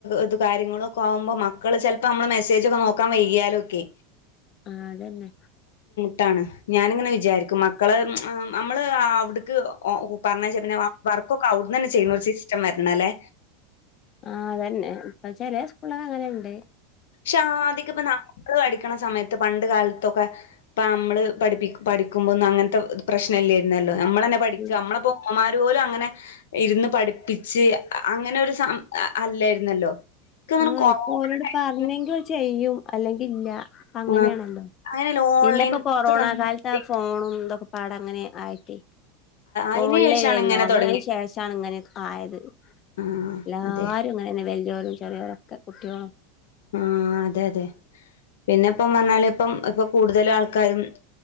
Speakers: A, on the left (about 85°); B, on the left (about 35°).
A: ഇത് കാര്യങ്ങളൊക്കെ ആകുമ്പോ മക്കള് ചിലപ്പോ നമ്മള് മെസ്സേജ് ഒക്കെ നോക്കാൻ വൈകിയാലൊക്കെ
B: ആഹ അതെന്നെ
A: ട്ടാണ് ഞാനിങ്ങനെ വിചാരിക്കും മക്കള നമ്മള് അവിടുക്ക് ഓ പറഞ്ഞയച്ചാ പിന്നെ ആ വർക്ക് അവിടന്ന്ന്ന ചെയ്യുന്ന സിസ് ഷ്ടം വരണല്ലേ
B: ആ അതന്നെ ഇപ്പൊ ചെല സ്കൂളൊക്കെ അങ്ങനെയുണ്ട്
A: ക്ഷെ ആദിക്ക് ഇപ്പ നമ്മള് പടിക്കണ സമയത്ത് പണ്ട ണ്ട് കാലത്തൊക്കെ ഇപ്പ നമ്മള് പഠിപ്പി പഠിക്കുമ്പോന്നും അങ്ങനത്തെ പ്രശ്നം ഇല്ലായിരുന്ന ലോ നമ്മളന്നെ പഠിക്ക
B: ഉം
A: നമ്മളൊപ്പം ഉമ്മമാര ഓല് അങ്ങനെ ഇരുന്ന് പഠിപ്പിച്ച് അങ്ങനെ ഒരു സം അല്ലായിരുന്നല്ലോ ഇക്കങ്ങനെ
B: ആഹ
A: കൊറോണ
B: ഇപ്പൊ ഓരോട്
A: ടൈമില്
B: പറഞ്ഞെങ്കിൽ ചെയ്യും അല്ലെങ്കില്ല അങ്ങനെയാണല്ലോ
A: ആഹ് അങ്ങനെയല്ല ഓൺലൈൻ
B: പിന്നെ ഇപ്പോൊകൊറോണ
A: ക്ലാസ് വന്നപ്പഴേ
B: കാലത്ത് ആ ഫോണും ഇതൊ പാടങ്ങനെ ആയിട്ടി ഫോണിലരുന്നു
A: അയിന് ശേഷാണ് ഇങ്ങനെ
B: അങ്ങനെ
A: തൊടങ്ങിയത്.
B: അതിന് ശേഷണ ഇങ്ങനൊക്കെ ആയത് എല്ലാരും
A: ആഹ് അതെ.
B: ഇങ്ങനെന്നെ വലിയോരും ലൊക്കെ കുട്ടിയോളും
A: ആഹ അതെ അതെ പിന്നെ ഇപ്പം വന്നാലേപ്പം ഇപ്പൊ കൂടുതൽ ആൾക്കാരും